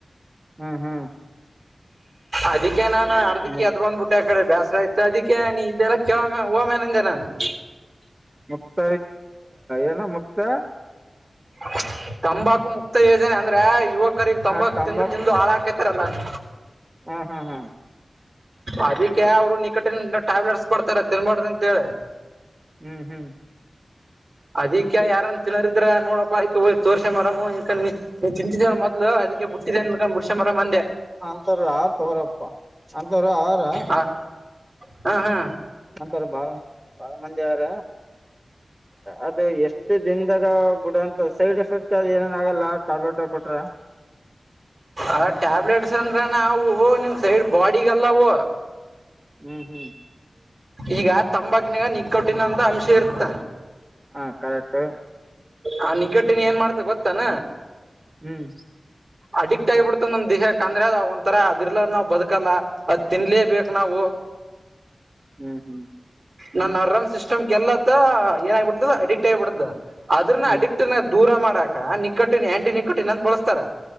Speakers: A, on the right; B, on the right.
A: ಹ್ಮ್ ಹ್ಮ್
B: ಅದಕ್ಕೆ ನಾನು ಅರ್ಧಕ್ಕೆ
A: ಮು
B: ಅದ್ ಬಂದ್ಬಿಟ್ಟೆ ಆ ಕಡೆ ಬ್ಯಾಸ್ ಆ್ತ ಅದಕ್ಕೆ ನೀ ಇದೆಲ್ಲ ಕೆವೊಮ್ಮ ಹಾಮೆನಂದ ನಾನು <inaudible>
A: ಮುಕ್ತ ಏನ ಮುಕ್ತ
B: ಹ <unintelligible> ತಂಬಾಕು ಮುಕ್ತ ಯೋಜನೆ ಅಂದ್ರೆ ಯುವಕರಿಗೆಗ್ ತಂಬಾಕು
A: ಆ ತಂಬಾಕ್
B: ತಿಂದು ತಿಂದು ಹಾಳ ಹಾಕತಾರಲ್ಲ <inaudible>
A: ಹಾ ಹಾ ಹಾ
B: ಅದಕ್ಕೆ ಅವರು ನಿಕಟ ಟ್ಯಾಬ್ಲೆಟ್ಸ್ ಕೊಡ್ತಾರ ತಿನ್ಬಾರ್ದ ಅಂತೇಳಿ
A: ಹ್ಞೂ ಹ್ಞೂ
B: ಅದಿಕ್ಕೆ ಯಾರನ್ ತಿನ್ನೋರಿದ್ರ ನೋಡಪ್ಪ ಅಕ ಹ ತೋರ್ಷೆ ಮರಮ ಈಕ ನೀವು್ ತಿಂತಿದ್ದೀರ ಮೊ್ಲು ಅದಕ್ಕೆ ಬೊತ್ತಿದ್ದಿದೆನ್ ಬ ಮುುಷ ಮರ ಮಂದೆ
A: ಅಂತವ್ರ ಆರು ತಗೋರಪ್ಪಾ ಅಂತವರು ಆರ
B: ಹ ಹಾ ಹಾ
A: ಅಂತವ್ರ ಬಾಳ ಬಾಳ ಮಂದಿ ಹಾರ ಅದು ಎಷ್ಟು ದಿನದಾಗ ಬಿಡುವಂತ ಸೈಡ್ ಎಫೆಕ್ಟ್ ಅದು ಏನೇನು ಆಗಲ್ಲ ಟ್ಯಾಬ್ಲೆಟ್ ಕೊಟ್ರ
B: ಆ ಟ್ಯಾಬ್ಲೆಟ್ಸ್ ಅಂದ್ರ ನ ಹೂವು ನಿಮ್ ಸೈಡ್ ಬಾಡಿಗೆಲ್ಲ ಹೂವು
A: ಹ್ಮ್ ಹ್ಮ್
B: ಈಗ ತಂಬಾಕಿನಾಗ ನಿಗ್ ಕಟ್ಟಿನ ಅಂತ ಅಂಶ ಇರ್ತ
A: ಹ ಕರೆಕ್ಟ್
B: ಆ ನಿಗಟ್ಟಿನ ಏನ್ ಮಾಡ್ತ ಗೊತ್ತಾನ
A: ಹ್ಮ್
B: ಅಡಿಕ್ಟ್ ಆಗಿಬಿಡ್ತದೆ ನಮ್ ದೇಹಕ್ಕ ಅಂದ್ರೆ ಅ ಒಂಥರ ಅದರ್ಲದ ನಾವು ಬದುಕಲ್ಲ ಅದು ತಿನ್ಲೇಬೇಕು ನಾವು
A: ಹ್ಮ್ ಹ್ಮ್
B: ನನ್ ಅರಾಮ್ ಸಿಸ್ಟಮ್ ಕೆಲ್ಲತ್ತ ಏನ ಆಗಿಬಿಡ್ತದ ಅಡಿಕ್ಟ್ ಆಗಿಬಿಡತ ಅದ್ರನ್ನ
A: ಹ್ಮ್
B: ಅಡಿಕ್ಟ್ ನ ದೂರ ಮಾಡಾಕ ನಿಕ್ಕಟ್ಟಿನ ಆಂಟಿ ನಿಕ್ಕಟ್ಟಿನ ಅಂತ ಬಳಸ್ತಾರ